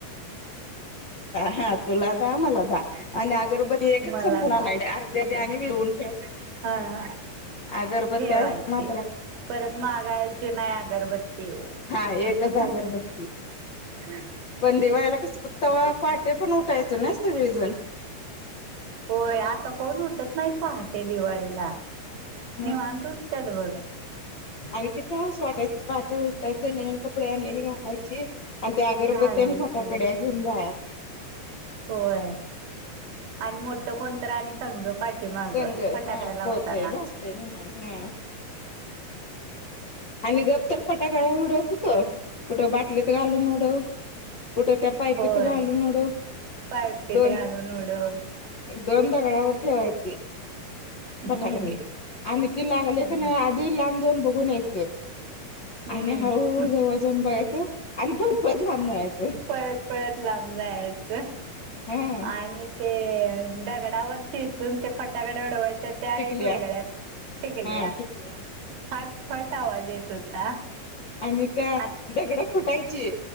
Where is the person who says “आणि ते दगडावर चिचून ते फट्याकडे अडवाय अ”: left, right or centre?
Right